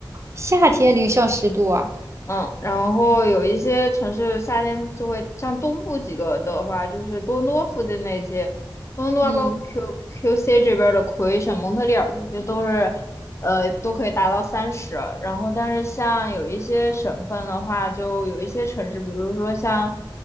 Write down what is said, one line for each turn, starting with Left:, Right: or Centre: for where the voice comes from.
Right: 夏天零上十度啊。
Left: 嗯，然后有一些城市夏天就会，像东部几个的话，就是多伦多附近那些，多伦多啊包括
Right: 嗯，
Left: Q QC 这边儿的魁省、蒙特利尔这些都是，呃，都可以达到三十。然后，但是像有一些省份的话，就有一些城市，比如说像